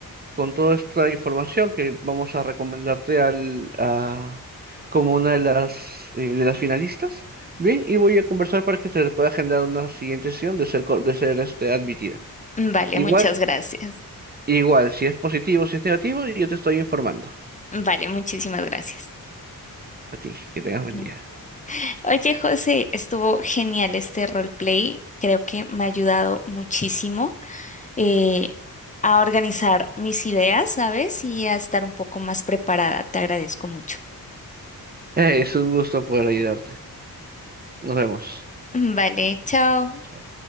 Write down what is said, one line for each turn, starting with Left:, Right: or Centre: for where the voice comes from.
Right: con toda esta información que vamos a recomendarte al, a- como una de las, eh, de las finalistas. Bien, y voy a conversar para que se le pueda agendar una siguiente sesión de ser, co- de ser este, admitida.
Left: Vale,
Right: Igual,
Left: muchas gracias.
Right: igual, si es positivo, si es negativo, yo te estoy informando.
Left: Vale, muchísimas gracias.
Right: A ti, que tengas buen
Left: Ujú.
Right: día. <laughs>
Left: Oye, José, estuvo genial este roleplay. Creo que me ha ayudado muchísimo eh, a organizar mis ideas, ¿sabes? Y a estar un poco más preparada. Te agradezco mucho.
Right: Eh, es un gusto poder ayudarte. Nos vemos.
Left: Vale, chao.
Right: Chao.